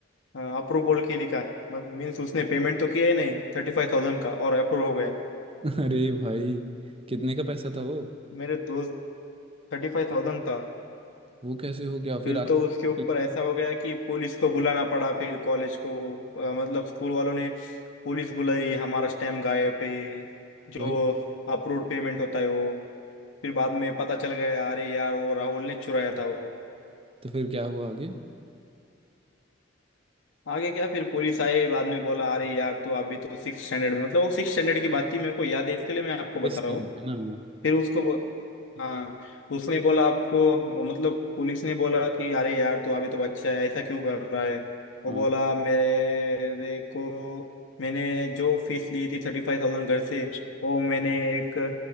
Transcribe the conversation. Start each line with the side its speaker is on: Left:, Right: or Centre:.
Left: अप्रूवल के लिखा मतलब मीन्स उसने पेमेंट तो किया ही नहीं थर्टी फाइव थाउजेंड का और अप्रूव हो गया
Right: <laughs> अरे भाई कितने का पैसा था वो
Left: मेरे दोस्त थर्टी फाइव थाउजेंड था
Right: वो कैसे हो गया
Left: फिर
Right: फिर आगे
Left: तो उसके ऊपर ऐसा हो गया कि पुलिस को बुलाना पड़ा फिर कॉलेज को अ, मतलब स्कूल वालों ने पुलिस बुलाई हमारा स्टैम्प गायब पे जो
Right: वही
Left: अप्रूव्ड पेमेंट होता है वो फिर बाद में पता चल गया अरे यार वो राहुल ने चुराया था वो
Right: तो फिर क्या हुआ आगे
Left: आगे क्या फिर पुलिस आए बाद में बोला अरे यार तू अभी तो सिक्स स्टैंडर्ड में मतलब वो सिक्स स्टैंडर्ड की बात थी मेरे को याद है इसके लिए मैं आपको
Right: केस
Left: बता रहा
Right: नहीं
Left: हूँ
Right: होते ना
Left: फिर उसको बो- हाँ उसने बोला आपको वो मतलब पुलिस ने बोला कि अरे यार तू अभी तो बच्चा है ऐसा क्यों कर रहा है वो
Right: हाँ
Left: बोला मेरे को मैंने जो फीस ली थी थर्टी फाइव थाउजेंड घर से वो मैंने एक